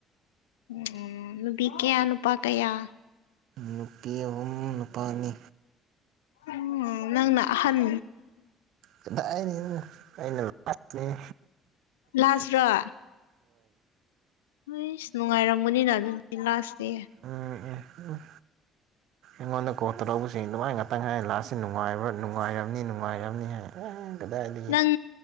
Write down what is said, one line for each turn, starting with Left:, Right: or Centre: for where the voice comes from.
Left: ꯎꯝ ꯅꯨꯄꯤ ꯀꯌꯥ ꯅꯨꯄꯥ ꯀꯌꯥ
Right: ꯅꯨꯄꯤ ꯑꯍꯨꯝ ꯅꯨꯄꯥ ꯑꯅꯤ
Left: ꯎꯝ ꯅꯪꯅ ꯑꯍꯟ
Right: ꯀꯗꯥꯏꯗꯩꯅꯣ ꯑꯩꯅ ꯅꯠꯇꯦꯍꯦ
Left: ꯂꯥꯁ ꯔꯥ ꯍꯨꯏꯁ ꯅꯨꯡꯉꯥꯏꯔꯝꯒꯅꯤꯅ ꯑꯗꯨꯗꯤ ꯂꯥꯁꯇꯤ
Right: ꯑꯥꯑꯦ ꯎꯝ ꯏꯃꯥꯅ ꯀꯣꯜ ꯇꯧꯔꯛꯕꯁꯤꯡ ꯑꯗꯨꯃꯥꯏ ꯉꯥꯛꯇꯪ ꯍꯥꯏ ꯂꯥꯁ ꯁꯤꯟ ꯅꯨꯡ__ ꯅꯨꯡꯉꯥꯏꯕ꯭ꯔꯥ ꯅꯨꯡꯉꯥꯏꯔꯝꯅꯤ ꯅꯨꯡꯉꯥꯏꯔꯝꯅꯤ ꯍꯥꯏ ꯎꯝ ꯀꯗꯥꯏꯗꯒꯤ
Left: ꯅꯪ